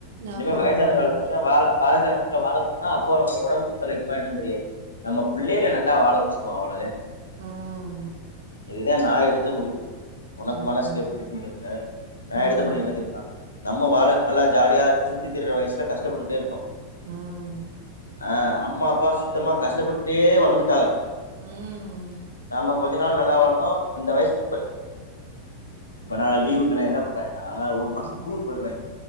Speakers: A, on the right; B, on the left.
A: ஆமா
B: இல்ல வயசான
A: ஆமா ஆமா
B: காலத்லதே வாழ வயசான த்துல வாழப்போனா அப்போ நம்ம உடம்பு ஒத்துழைக்குமா என்னன் தெரியாது நம்ம பிள்ளைல நல்லா வாழ வச்சுகுவோ அவ்ளதே
A: ம்
B: இதுதா நா எடுத்த முடிவு உனக்கு
A: ம்
B: மனசுக்கு எப்டிக்குன்னு தெர்ல நா
A: ம் ம்
B: எடுத்த முடிவு என்ன தெரியுமா நம்ம வாழ நல்லா ஜாலியா சுத்தி திரியுற வயசுல கஷ்டப்பட்டுட்டே இருக்கோ
A: ம்
B: ஆ அம்மா அப்பா சுத்தமா கஷ்டப்பட்டே வந்துடாங்க
A: ம்
B: நாம கொஞ்சோ நாள் நல்லா வாழ்ந்தோ அந்த வயசு இப்ப இப்ப நா லீவுக்கு நா என்ன பண்றாயனா ஒரு மாச
A: ம்
B: டூர் போய்றாய்ங்க